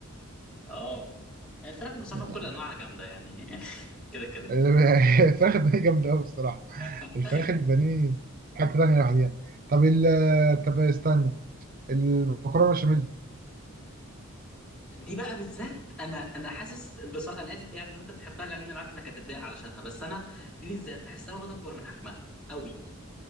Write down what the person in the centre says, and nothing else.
اه الفراخ بصراحه
بكل انواعها جامده يعني <laughs> كده كده
<laughs>
دي بقى بالذات انا انا حاسس بصراحه انا اسف يعني لو انت بتحبها لان انا عارف انك هتتضايق علشانها بس انا دي بالذات بحسها واخده اكبر من حجمها قوي